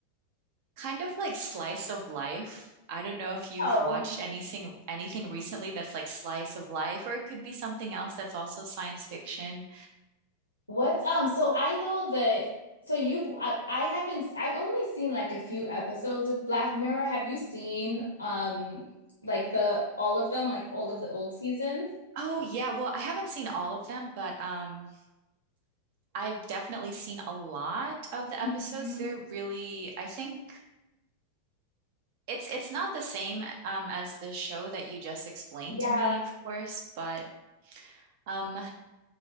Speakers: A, on the right; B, on the left.
A: kind of like slice of life. I don't know if you've
B: Oh,
A: watched anything anything recently that's like slice of life, or it could be something else that's also science fiction.
B: What's um so I know that so you've I, I haven't I've only seen like a few episodes of Black Mirror. Have you seen um like the all of them, like all of the old seasons?
A: Oh yeah, well, I haven't seen all of them, but um I've definitely seen a lot of the episodes.
B: Mhm.
A: They're really, I think it's it's not the same um as the show that you just explained
B: Yeah,
A: to me, of course, but um